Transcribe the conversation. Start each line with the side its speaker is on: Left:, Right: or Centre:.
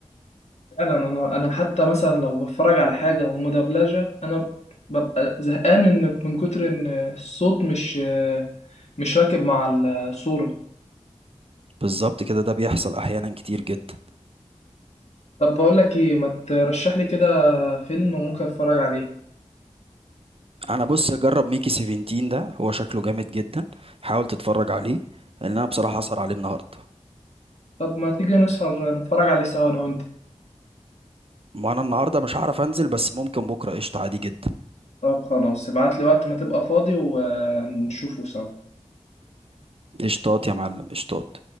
Left: فعلا انا انا حتى مثلا لو بتفرج على حاجه ومدبلجه انا ببقى زهقان ان من كتر ان الصوت مش مش راكب مع الصوره
Right: بالظبط كده ده بيحصل احيانا كتير جدا
Left: طب بقول لك ايه ما ترشح لي كده فيلم وممكن اتفرج عليه
Right: انا بص جرب ميكي 17 ده هو شكله جامد جدا حاول تتفرج عليه لان انا بصراحه هسهر عليه النهارده
Left: طب ما تيجي نسهر نتفرج عليه سوا انا وانت
Right: ما انا النهارده مش هعرف انزل بس ممكن بكره قشطه عادي جدا
Left: طب خلاص ابعت لي وقت ما تبقى فاضي ونشوفه سوا
Right: قشطات يا معلم قشطات